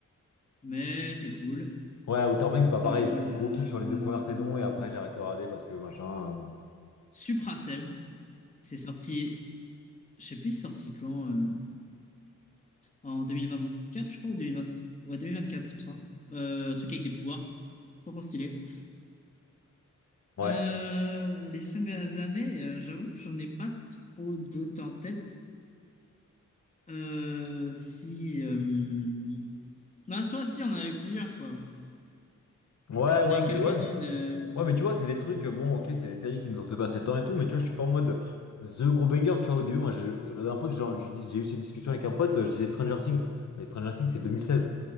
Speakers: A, on the left; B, on the left.
A: mais c'est cool.
B: Ouais, Outer Banks, bah pareil,
A: Euh...
B: gros kiff sur les deux premières saisons, et après j'ai arrêté de regarder parce que machin. euh,
A: Supracell, c'est sorti, je sais plus c'est sorti quand, euh, en 2024 je crois, ou 2020... ouais 2024 il me semble. Euh, un truc avec des pouvoirs, trop trop stylé.
B: Ouais.
A: Euh, les cinq dernières années, euh, j'avoue que j'en ai pas trop d'autres en tête. Euh, si. Euh... Ben, soit si, on en a eu plusieurs, quoi.
B: Ouais,
A: On
B: ouais,
A: a eu
B: mais
A: quelques-unes.
B: ouais, mais
A: euh,
B: Ouais, mais tu vois, c'est des trucs, euh, bon, ok, c'est des séries qui nous ont fait passer le temps et tout, mais tu vois, je suis pas en mode The Gros Banger, tu vois, au début, moi, j'ai- la dernière fois que j'ai je dis- j'ai eu cette discussion avec un pote, euh, je disais Stranger Things, mais Stranger Things, c'est 2016,